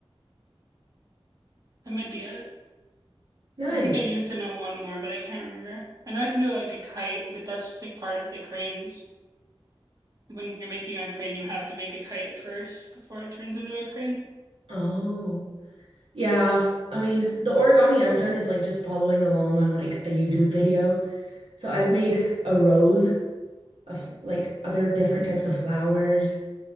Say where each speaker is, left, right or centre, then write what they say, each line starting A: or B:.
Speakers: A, on the right; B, on the right.
A: that might be it.
B: Nice.
A: I think I used to know one more, but I can't remember. I know I can do like a kite, but that's just like part of the cranes. When you're making a crane, you have to make a kite first before it turns into a crane.
B: Oh, yeah. I mean, the origami I've done is like just following along on like a YouTube video. So I've made a rose of like other different types of flowers.